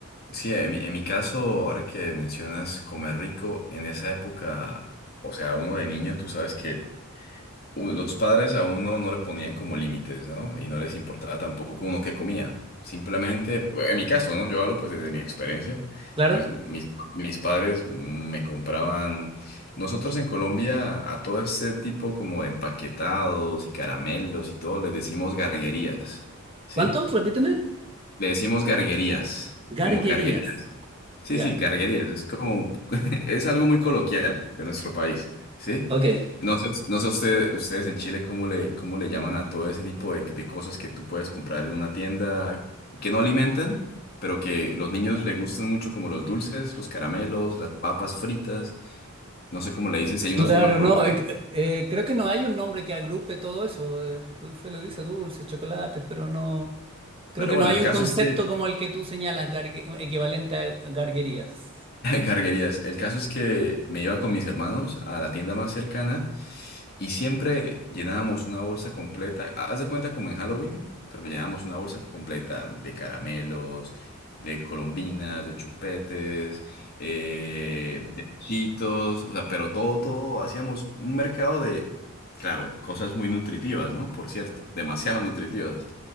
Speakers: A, on the left (about 45°); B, on the right (about 25°).
A: Sí, en mi, en mi caso, ahora que mencionas comer rico, en esa época, o sea, uno de niño, tú sabes que u- los padres a uno no le ponían como límites, ¿no? Y no les importaba tampoco uno qué comía. Simplemente, en mi caso, ¿no? Yo hablo pues desde mi experiencia,
B: ¿Claro?
A: pues mis, mis padres me compraban, nosotros en Colombia a todo este tipo como de empaquetados y caramelos y todo les decimos garguerías, ¿sí?
B: ¿Cuánto? Repíteme.
A: Le decimos garguerías,
B: Garguerías.
A: como garguerías. Sí,
B: Ya,
A: sí, garguerías, es como, <laughs> es algo muy coloquial de nuestro país, ¿sí?
B: ok.
A: No sé, no sé usted- ustedes en Chile cómo le, cómo le llaman a todo ese tipo de, de cosas que tú puedes comprar en una tienda que no alimentan, pero que los niños le gustan mucho, como los dulces, los caramelos, las papas fritas, no sé cómo le dicen, si hay
B: Claro,
A: una forma colombiana.
B: no, eh, eh, eh, creo que no hay un nombre que agrupe todo eso. eh, se le dice dulces, chocolates, pero no. Creo
A: Pero
B: que
A: bueno,
B: no hay
A: el caso
B: un concepto
A: es que,
B: como el que tú señalas, gargue- equivalente a garguerías.
A: <laughs> garguerías, el caso es que me iba con mis hermanos a la tienda más cercana. Y siempre llenábamos una bolsa completa, ha- haz de cuenta como en Halloween, pero llenábamos una bolsa completa de caramelos, de colombinas, de chupetes, eh, de chitos, o sea, pero todo, todo, hacíamos un mercado de, claro, cosas muy nutritivas, ¿no? Por cierto, demasiado <laughs> nutritivas.